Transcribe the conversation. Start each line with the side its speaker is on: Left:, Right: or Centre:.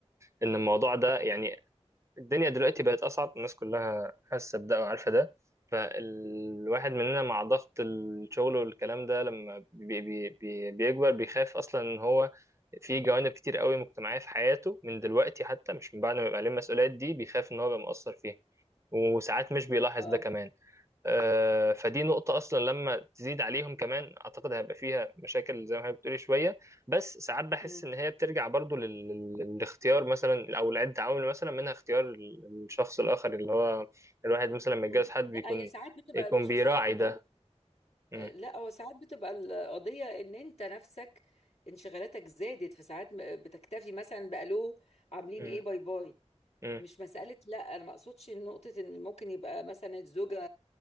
Right: ان الموضوع ده يعني الدنيا دلوقتي بقت أصعب الناس كلها حاسة بده وعارفة ده فالواحد مننا مع ضغط الشغل والكلام ده لما بي بي بي بيكبر بيخاف أصلا إن هو في جوانب كتير قوي مجتمعية في حياته من دلوقتي حتى مش من بعد ما يبقى عليه المسؤوليات دي بيخاف إن هو يبقى مقصر فيها وساعات مش بيلاحظ
Left: اه
Right: ده كمان آه، فدي نقطة أصلا لما تزيد عليهم كمان أعتقد هيبقى فيها مشاكل زي ما هي بتقولي شوية بس ساعات بحس
Left: مم.
Right: إن هي بترجع برضو لل- لل- للاختيار مثلا أو لعدة عوامل مثلا منها اختيار ال- الشخص الآخر اللي هو الواحد مثلا لما
Left: مم.
Right: يتجوز حد بيكون
Left: لا هي ساعات بتبقى
Right: يكون
Left: مش
Right: بيراعي
Left: بسبب انه
Right: ده م-
Left: لا هو ساعات بتبقى القضية ان انت نفسك انشغالاتك زادت في ساعات م- بتكتفي مثلا بألو عاملين
Right: م-
Left: ايه باي باي
Right: م-
Left: مش مسألة لا انا ما اقصدش نقطة ان ممكن يبقى مثلا الزوجة